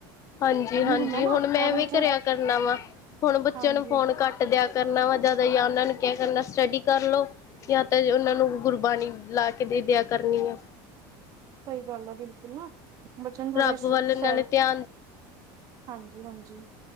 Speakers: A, on the left (about 30°); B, on the right (about 35°).
A: ਹਾਂਜੀ,
B: ਇਹ ਵੀ
A: ਹਾਂਜੀ
B: ਹੁੰਦਾ ਨਾ
A: ਹੁਣ ਮੈਂ
B: ਉਹਦੇ
A: ਵੀ
B: ਵਿੱਚ
A: ਕਰੇਆ ਕਰਨਾ ਵਾ, ਹੁਣ ਬੱਚੇਆਂ
B: ਹਾਂਜੀ
A: ਨੂੰ ਫੋਨ ਘੱਟ ਦੇਆ ਕਰਨਾ ਜਾਦਾ ਜਾਂ ਓਨਾਂ ਨੂੰ ਕੇਆ ਕਰਨਾ, ਸਟੱਡੀ ਕਰ ਲੋ ਯਾ ਤੇ ਓਨਾਂ ਨੂੰ ਗੁਰਬਾਣੀ ਲਾ ਕੇ ਦੇ ਦੇਆ, ਕਰਨੀ ਆ।
B: ਸਈ ਗੱਲ ਆ ਬਿਲਕੁਲ ਨਾ, ਬੱਚੇਆ ਨੂੰ ਥੋੜਾ
A: ਰੱਬ
B: ਸੋ਼
A: ਵੱਲ ਨਾਲੇ ਧਿਆਨ
B: ਹਾਂਜੀ, ਹਾਂਜੀ।